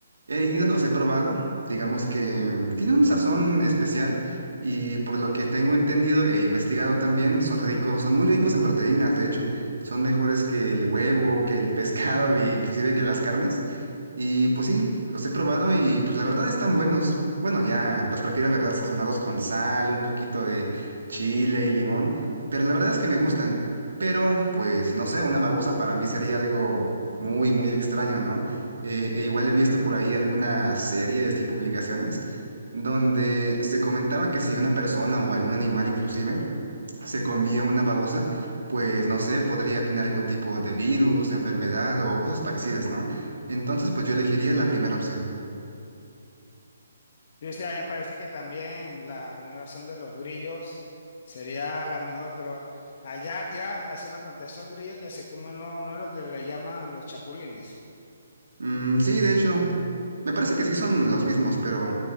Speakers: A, on the right; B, on the left.
A: He ido, los he probado, digamos que tiene un sazón especial y por lo que tengo entendido e investigado también, son ricos, son muy ricos en proteínas, de hecho, son mejores que el huevo, que el pescado <laughs> e inclusive que las carnes. Y pues sí, los he probado y pues la verdad están buenos. Bueno, ya los prefiero, ¿verdad? Sazonados con sal, un poquito de chile y limón, pero la verdad es que me gustan. Pero pues no sé, una babosa para mí sería algo muy, muy extraño, ¿no? Eh, e igual he visto por ahí algunas series y publicaciones donde se comentaba que si una persona o algún animal inclusive se comía una babosa, pues no sé, podría tener algún tipo de virus, enfermedad o cosas parecidas, ¿no? Entonces, pues yo elegiría la primera opción.
B: Sí, sí, a mí me parece que también la primera opción de los grillos sería la mejor, pero allá te iba a hacer una pregunta, esos grillos que se comen no, no es lo que le llaman los chapulines.
A: Mm, sí, de hecho, me parece que sí son los mismos, pero